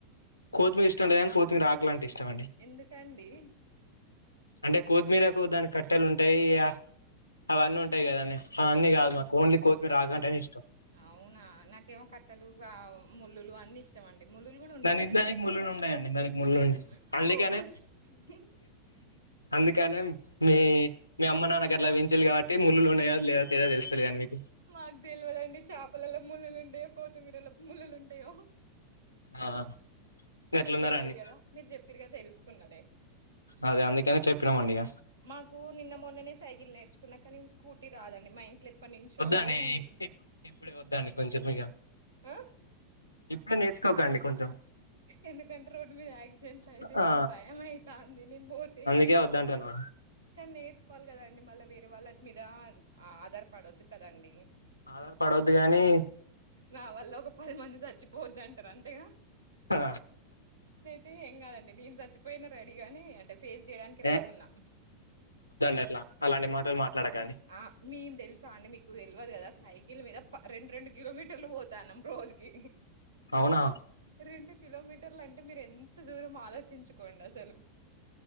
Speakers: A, on the left; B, on the right.
A: కొత్తిమీర ఇష్టం లేదు కానీ కొత్తిమీర ఆకులు అంటే ఇష్టం అండి
B: ఎందుకండి.
A: అంటే కొత్మీరకు దాని కట్టెలు ఉంటాయి ఇగ అవన్నీ ఉంటాయి కదాండి అవన్ని గాదు
B: ఆ!
A: కొత్తిమీర ఆకు అంటే నే ఇష
B: అవునా నాకేమో కట్టెలు ఆ ముళ్ళులు అన్నీ ఇష్టం అండి, ముళ్లులు కూడా ఉంటాయి
A: దాని
B: కదండి,
A: దానికి ముళ్ళులు ఉంటాయండి దానికి ముళ్ళులు
B: <unintelligible>
A: ఉంటాయి అందుకనే అందుకనేం మీ మీ అమ్మ నాన్న ఇక్కడ లభించలేదు కావట్టి ముళ్లులు ఉన్నాయా లేదో తేడా తెలుస్ <unintelligible>
B: మాకు తెల్వదు అండి చేపల్లో ముల్లులు ఉం టే కొత్తిమీర లో ముల్లులు ఉంటాయో
A: ఆ గట్లున్నారా
B: మీరు చెప్పారి
A: అండి
B: కదా, మీరు చెప్పారి కదా, తెలుసుకున్నడే
A: అదే అందుకనే చెప్పినమండి ఇగ
B: మాకు నిన్న మొన్ననే సైకిల్ నేర్చుకున్నా కానీ స్కూటీ రాదండి మా ఇంట్లో ఎప్పటినుంచో
A: వద్దండి
B: ఉంది.
A: ఇప్పు ఇప్పుడే వద్దాండి కొంచెం ఇక
B: ఆ!
A: ఇప్పుడే నేర్చుకోకండి కొంచెం
B: ఎందుకంటే రోడ్డు మీద యాక్సిడెంట్లు అయితేమని
A: ఆ
B: భయం అయితా అంది నేను పోతే,
A: అందుకే వద్దంటున్నా
B: కానీ నేర్చుకోవాలి కదాండి మళ్ళా వేర్ అ వాళ్ళ మీద ఆధార్ కార్డ్ వద్దు కదండి
A: ఆధార్ పడవద్దు గాని
B: నా వల్ల ఒక పది మంది చచ్చిపోద్ది అంటారు అంతేగా
A: ఆ
B: తె ఏం కాదండి నేను చచ్చిపోయినా రెడీగాని అంటే ఫేస్ చేయడానికి రెడీగా
A: ఏ
B: ఉన్నా,
A: వద్దండి అట్లా అలాంటి మాటలు మాట్లాడకండి
B: అ మేం తెలుసా అంటే మీకు తెలియదు కదా సై కీల మీద రెండు రెండు కిలోమీటర్లు పోతాన్నాం రోజుకి
A: అవునా
B: రెండు కిలోమీటర్లు అంటే మీరు ఎంత దూరం ఆలోచించుకోండి అసలు